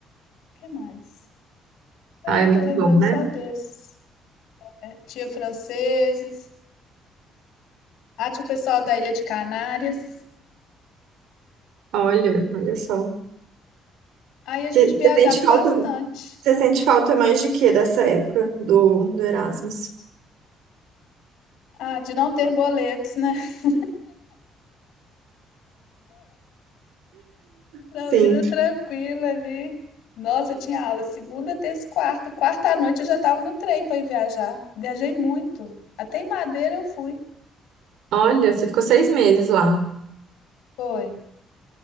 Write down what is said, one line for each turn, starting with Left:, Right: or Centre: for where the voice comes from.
Left: que mais? É,
Right: Ah, é muito
Left: tô lembrando
Right: bom, né?
Left: só desses. É, Tinha franceses. Ah, tinha o pessoal da Ilha de Canárias.
Right: Olha, olha só.
Left: Aí a
Right: Você
Left: gente
Right: você
Left: viajava
Right: sente falta,
Left: bastante.
Right: você sente falta mais de quê dessa época do, do Erasmus?
Left: Ah, de não ter boletos, né? <laughs> Da
Right: Sim.
Left: vida tranquila ali. Nossa, eu tinha aula segunda, terça e quarta. Quarta à noite eu já tava no trem para ir viajar. Viajei muito. Até em Madeira eu fui.
Right: Olha, você ficou seis meses lá.
Left: Foi.